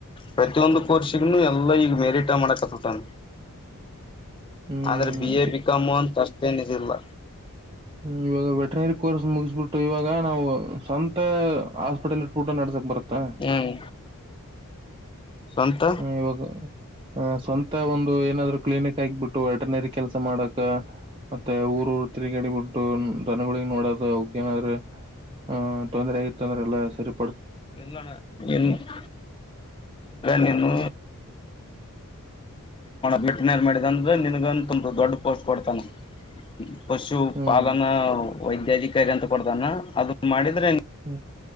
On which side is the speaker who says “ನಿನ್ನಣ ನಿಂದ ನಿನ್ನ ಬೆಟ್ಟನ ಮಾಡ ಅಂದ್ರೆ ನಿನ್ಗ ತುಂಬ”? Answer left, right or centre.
Left